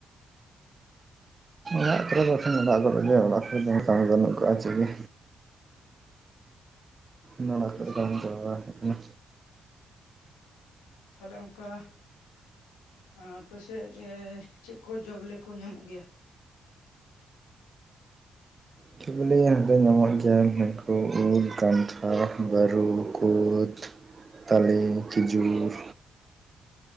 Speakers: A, on the right; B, on the left.
A: ᱚᱲᱟᱜ ᱠᱚᱨᱮ ᱫᱚ ᱮᱠᱷᱟᱱ ᱚᱲᱟᱜ ᱠᱚᱨᱮᱜ ᱜᱮ ᱚᱲᱟᱜ ᱠᱚᱨᱮ ᱫᱚ <unintelligible> ᱵᱟᱹᱱᱩᱜ ᱠᱟᱹᱜᱼᱟ ᱪᱮᱜ ᱜᱮ ᱱᱚᱲᱟᱜ ᱠᱚᱨᱮ
B: ᱚᱸ
A: ᱠᱟᱹᱢᱤ ᱪᱟᱵᱟ ᱦᱮᱡ ᱱᱟ
B: ᱛᱟᱦᱚᱞᱮ ᱚᱝᱠᱟ ᱟᱯᱮᱥᱮᱜ ᱮᱸ ᱪᱮᱜ ᱠᱚ ᱡᱚ ᱵᱮᱞᱮ ᱠᱚ ᱧᱟᱢᱚᱜ ᱜᱮᱭᱟ
A: ᱡᱚ ᱵᱮᱞᱮ ᱦᱟᱸ ᱫᱚ ᱧᱟᱢᱚᱜ ᱜᱮᱭᱟ ᱱᱩᱝᱠᱩ ᱩᱞ ᱠᱟᱱᱴᱷᱟᱲ ᱵᱟᱹᱨᱩ ᱠᱩᱫᱽ ᱛᱟᱞᱮ ᱠᱷᱤᱡᱩᱨ